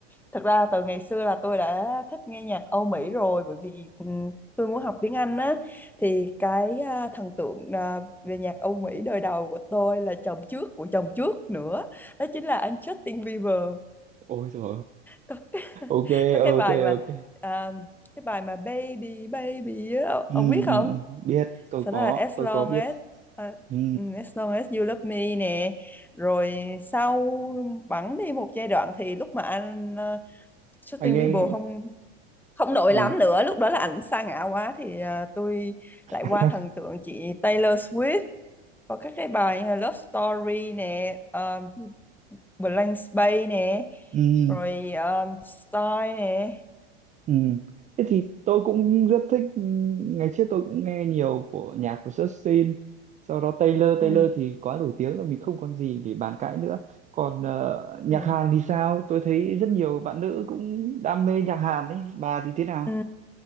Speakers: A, in the centre; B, on the right.
A: thật ra từ ngày xưa là tôi đã thích nghe nhạc Âu Mỹ rồi bởi vì ừm, tôi muốn học tiếng Anh á thì cái à, thần tượng à, về nhạc Âu Mỹ đời đầu của tôi là chồng trước của chồng trước nữa, đó chính là anh Justin Bieber.
B: ôi trời
A: Có cái, <laughs>
B: ok
A: có cái bài
B: ok
A: mà
B: ok
A: à, cái bài mà Baby Baby á,
B: ừ,
A: ông biết không?
B: ừ, ừ. biết tôi
A: Sau
B: có
A: đó là As
B: tôi
A: Long
B: có biết
A: As à,
B: ừ,
A: ừ, As Long As You Love Me nè rồi sau bẵng đi một giai đoạn thì lúc mà anh uh, Justin
B: anh ấy
A: Bieber không không nổi
B: ừ.
A: lắm nữa lúc đó là ảnh sa ngã quá thì ờ, tôi
B: <laughs>
A: lại qua thần tượng chị Taylor Swift có các cái bài như là Love Story nè ờ, Blank Space nè
B: ừ,
A: rồi um, Style nè
B: ừ. thế thì tôi cũng rất thích ừ, ngày trước tôi cũng nghe nhiều của nhạc của Justin sau đó Taylor
A: ừ.
B: Taylor thì quá nổi tiếng rồi mình không còn gì để bàn cãi nữa còn ờ, nhạc
A: Ừ.
B: Hàn thì sao tôi thấy rất nhiều bạn nữ cũng đam mê nhạc Hàn đấy bà thì thế nào
A: Ừ.